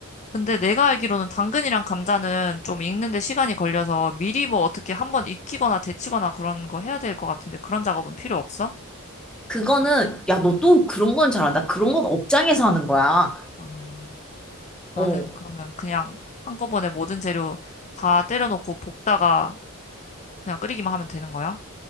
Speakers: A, on the left (about 30°); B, in the centre.
A: 근데 내가 알기로는 당근이랑 감자는 좀 익는데 시간이 걸려서 미리 뭐 어떻게 한번 익히거나 데치거나 그런 거 해야 될 것 같은데 그런 작업은 필요 없어?
B: 그거는, 야, 너 또 그런 건 잘한다. 그런 건 업장에서 하는 거야.
A: 아. 나는
B: 어.
A: 그러면 그냥 한꺼번에 모든 재료 다 때려놓고 볶다가 그냥 끓이기만 하면 되는 거야?